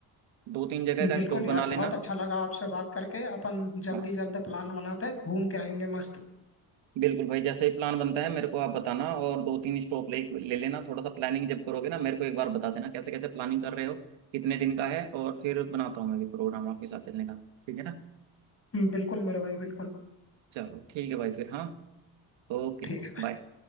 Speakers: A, on the right (about 85°); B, on the left (about 30°).
A: दो तीन जगह
B: बिल्कुल
A: का स्टॉप
B: यार
A: बना लेना
B: बहुत अच्छा लगा आपसे बात करके अपन जल्दी
A: हाँ
B: जल्दी प्लान बनाते हैं घूम के आएंगे मस्त
A: बिल्कुल भाई जैसे ही प्लान बनता है मेरे को आप बताना और दो तीन स्टॉप ले ले लेना थोड़ा सा प्लानिंग जब करोगे ना मेरे को एक बार बता देना कैसे कैसे प्लानिंग कर रहे हो कितने दिन का है और फिर बनाता हूँ मैं भी प्रोग्राम आपके साथ चलने का ठीक है ना
B: बिल्कुल मेरे भाई बिल्कुल
A: चलो ठीक है भाई फिर हाँ ओके
B: ठीक है
A: बाय